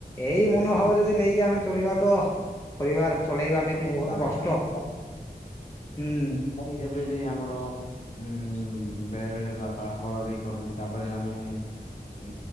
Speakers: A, on the left; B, on the left.
A: ଏଇ
B: ହୁଁ
A: ମନୋଭାବ ଯଦି ନେଇକି ଆମେ ଚଳିବା ତ ପରିବାର ଚଳେଇବା ଟା
B: ହବ
A: ବି ବହୁତ
B: କାଳେ
A: କଷ୍ଟ
B: କାଳେ
A: ହୁଁ
B: ଯେବେ ବି ଆମର ଉ ବେଳେ ବେଳେ ବାପା ହଳ ବି କରନ୍ତି ତାପରେ ଆମେ ଉଁ